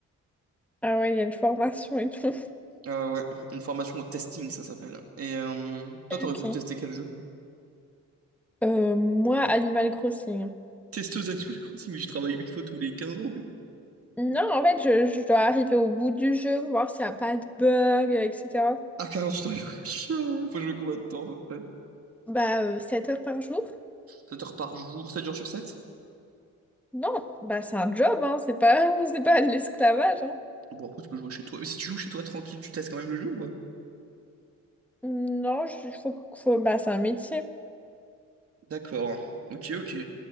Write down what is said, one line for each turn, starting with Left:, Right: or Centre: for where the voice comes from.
Centre: Ah ouais, il y a une formation et tout.
Right: Euh, ouais, une formation au testing, ça s'appelle. Et euh, toi,
Centre: <laughs>
Right: t'aurais
Centre: Ok.
Right: voulu tester quel jeu?
Centre: Euh, moi, Animal Crossing.
Right: Testeuse Animal Crossing, mais je travaille une fois tous les 15 ans.
Centre: Non, en fait, je, je dois arriver au bout du jeu, voir s'il n'y a pas de bug, etc.
Right: Ah, 48 heures, <laughs> il faut jouer combien de temps à peu près?
Centre: Bah, euh, 7 heures par jour?
Right: 7 heures par jour, 7 jours sur 7?
Centre: Non, bah c'est un job, hein, c'est pas, <laughs> c'est pas de l'esclavage, hein.
Right: Bon, après, tu peux jouer chez toi. Mais si tu joues chez toi tranquille, tu testes quand même le jeu ou pas?
Centre: Non, je- faut, faut, bah c'est un métier.
Right: D'accord. Ok, ok.